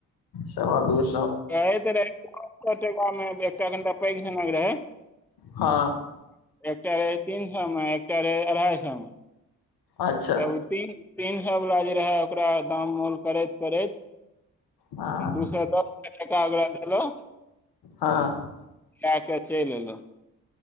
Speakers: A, on the left; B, in the centre.
A: सवा दूस
B: कहैत रहै तीनसए टका में एकटा तनका पैघ झनक रहै
A: हँ
B: एकटा रहैइ तीन सए में एकटा रहैइ अढ़ाइ सए में
A: अच्छा
B: तऽ ओ तीन तीनसए वला जे रहैइ ओकरा दाम मोल करैत करैत
A: हँ
B: दूसौ दस टका भैयगेलैइ
A: हँ
B: ता के चलि एलहु